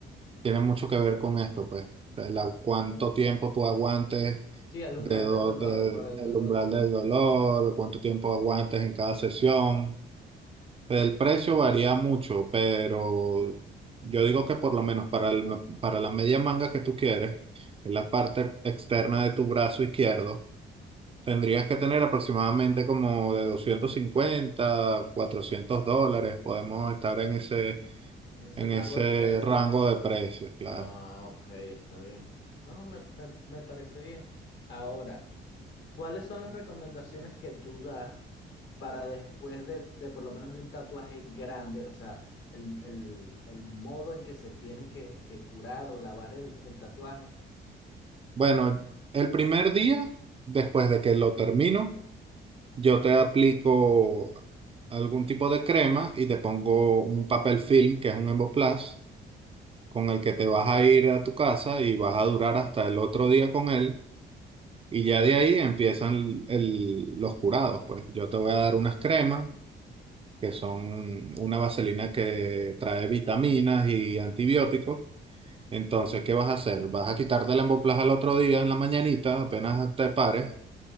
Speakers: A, on the right (about 30°); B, on the left (about 65°).
A: tiene mucho que ver con esto, pues. El a- cuánto tiempo tú aguantes
B: Sí, el
A: de
B: umbral
A: do-
B: del dolor,
A: de-
B: por el
A: del
B: dolor,
A: umbral
B: sí.
A: del dolor, cuánto tiempo aguantes en cada sesión. El precio varía mucho, pero yo digo que por lo menos para, el- para la media manga que tú quieres, que es la parte externa de tu brazo izquierdo, Tendrías que tener aproximadamente como de 250 400 dólares. Podemos estar en ese,
B: Ese
A: en
B: rango
A: ese
B: de precio.
A: rango de precios, claro.
B: Ah, ok, está bien. No, me, me- me parece bien. Ahora, ¿cuáles son las recomendaciones que tú das para después de, de por lo menos de un tatuaje grande? O sea, el, el- el modo en que se tiene que, que curar o lavar el, el tatuaje.
A: Bueno, el primer día, después de que lo termino, yo te aplico algún tipo de crema y te pongo un papel film, que es un Emboplast, con el que te vas a ir a tu casa y vas a durar hasta el otro día con él. Y ya de ahí empiezan el- los curados, pues. Yo te voy a dar unas cremas que son una vaselina que trae vitaminas y antibióticos. Entonces, ¿qué vas a hacer? Vas a quitarte la emboplaja al otro día en la mañanita, apenas te pares,